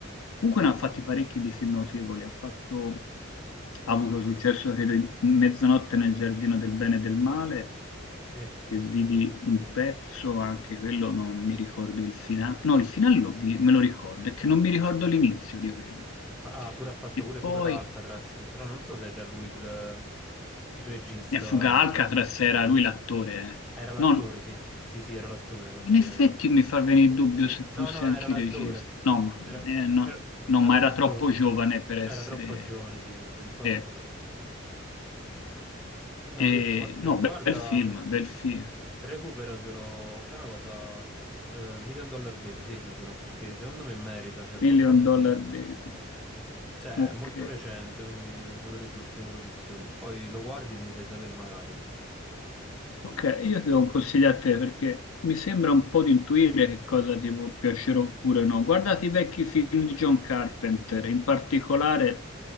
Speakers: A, on the left; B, in the centre.
A: Comunque ne ha fatti parecchi di film notevoli, ha fatto, ha avuto successo, credo, in Mezzanotte nel giardino del bene e del male,
B: Sì.
A: che vidi un pezzo, anche quello non mi ricordo il finale. No, il finale l'ho vi- me lo ricordo, è che non mi ricordo l'inizio di quello.
B: Ah, ah, pure ha fatto
A: E
B: pure Fuga
A: poi
B: da Alcatraz, però non so se era lui il, il regista.
A: eh, Fuga Alcatraz era lui l'attore, eh.
B: Era l'attore,
A: No, no,
B: sì. Sì, sì, era l'attore, l'attore.
A: in effetti
B: era.
A: mi fa venire il dubbio se fosse
B: No, no,
A: anche
B: no, era l'attore.
A: il regista. No, ma
B: Era,
A: eh,
B: era-
A: no, no,
B: era
A: ma era
B: l'attore.
A: troppo giovane per essere...
B: Era troppo giovane, sì, sì, sì, infatti.
A: sì.
B: No,
A: E,
B: lui è forte.
A: no,
B: Guarda,
A: bel, bel film, bel film.
B: recuperatelo, fai una cosa, eh, Million Dollar Baby, segnatelo, perché secondo me merita, cioè
A: Million
B: qualcosa
A: Dollar
B: di...
A: Baby.
B: Cioè,
A: Ok.
B: è molto recente, quindi una delle sue ultime produzioni. Poi lo guardi e mi fai sapere magari.
A: Ok, io ti do un consiglio a te perché mi sembra un po' di intuire che cosa ti può piacere oppure no. Guardate i vecchi film di John Carpenter, in particolare